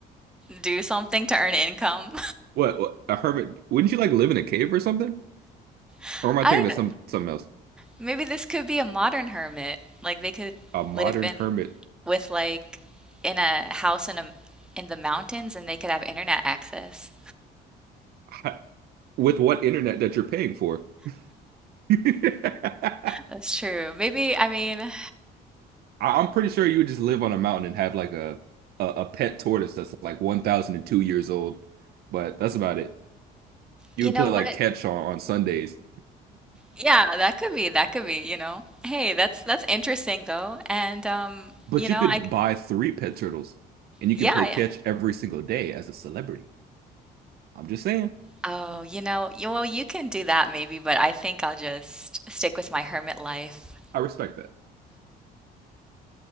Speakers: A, in the centre; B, on the right (about 65°).
A: do something to earn income.
B: What, what, a hermit? Wouldn't you like live in a cave or something?
A: <laughs>
B: Or am I
A: I
B: thinking
A: don't
B: of
A: know.
B: some something else?
A: Maybe this could be a modern hermit. Like they could
B: A modern
A: live in
B: hermit
A: with like in a house in a in the mountains and they could have internet access.
B: <laughs> with what internet that you're paying for? <laughs> I-
A: That's true. Maybe, I mean,
B: I'm pretty sure you would just live on a mountain and have like a a, a pet tortoise that's like 1,002 years old, but that's about it. You
A: you
B: would
A: know
B: play
A: what?
B: like catch on, on Sundays,
A: Yeah, that could be, that could be, you know. Hey, that's that's interesting though. And um,
B: but
A: you know,
B: you could
A: I
B: buy three pet turtles and you
A: yeah,
B: could play catch
A: yeah.
B: every single day as a celebrity. I'm just saying,
A: Oh, you know, you, well, you can do that maybe, but I think I'll just stick with my hermit life.
B: I respect that.